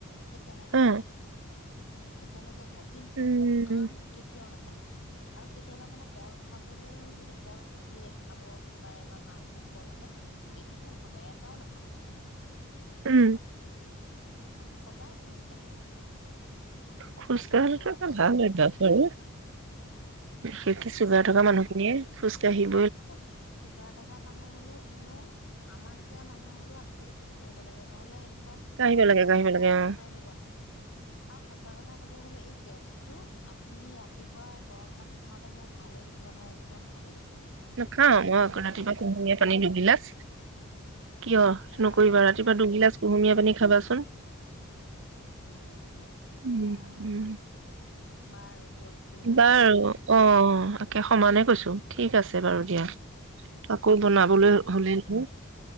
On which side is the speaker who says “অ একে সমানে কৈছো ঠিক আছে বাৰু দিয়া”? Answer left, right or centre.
Right